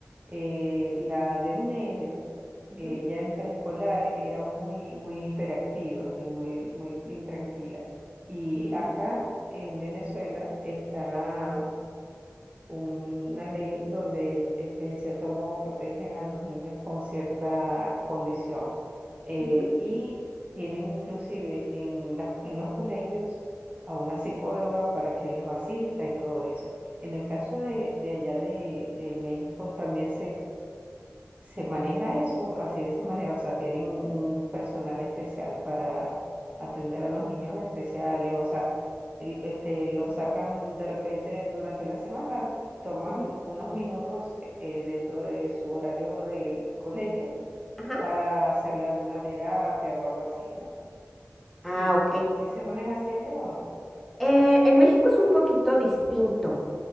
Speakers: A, on the right; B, in the centre.
A: Eh, la del medio,
B: ujú,
A: ella en preescolar era muy, muy hiperactiva y muy, muy intranquila. Y
B: ujú,
A: acá en Venezuela está una ley donde este, en cierto modo protegen a los niños con cierta condición. Eh,
B: ujú,
A: y tienen inclusive en las- en los colegios a una psicóloga para que los asista y todo eso. En el caso de, de allá de, de México también se maneja eso así de esa manera, o sea, tienen un personal especial para atender a los niños especiales, o sea, el- este, los
B: ujú,
A: sacan de repente durante la semana, toman
B: ujú.
A: unos minutos eh, dentro de su horario de colegio
B: Ajá.
A: para hacerle alguna terapia o algo así, ¿no? Sí,
B: Ah, ok.
A: sí se maneja así allá o no.
B: Eh, en México es un poquito distinto.